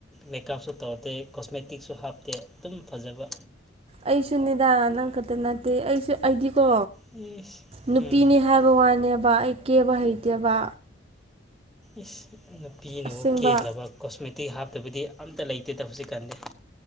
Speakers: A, in the centre; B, on the right.
A: ꯃꯦꯀꯞꯁꯨ ꯇꯧꯗꯦ ꯀꯣꯁꯃꯦꯇꯤꯛꯁꯨ ꯍꯥꯞꯇꯦ ꯑꯗꯨꯝ ꯐꯖꯕ
B: ꯑꯩꯁꯨ ꯅꯦꯗꯥ ꯅꯪ ꯈꯛꯇ ꯅꯠꯇꯦ ꯑꯩꯁꯨ ꯑꯩꯗꯤꯀꯣ
A: ꯏꯁ
B: ꯅꯨꯄꯤꯅꯤ
A: ꯎꯝ
B: ꯍꯥꯏꯕ ꯋꯥꯅꯦꯕ ꯑꯩ ꯀꯦꯕ ꯍꯩꯇꯦꯕ
A: ꯏꯁ ꯅꯨꯄꯤꯅꯕꯨ
B: ꯑꯁꯦꯡꯕ
A: ꯀꯦꯗ꯭ꯔꯕ ꯀꯣꯁꯃꯦꯇꯤꯛ ꯍꯥꯞꯇꯕꯗꯤ ꯑꯝꯇ ꯂꯩꯇꯦꯗ ꯍꯧꯖꯤꯛ ꯀꯥꯟꯗꯤ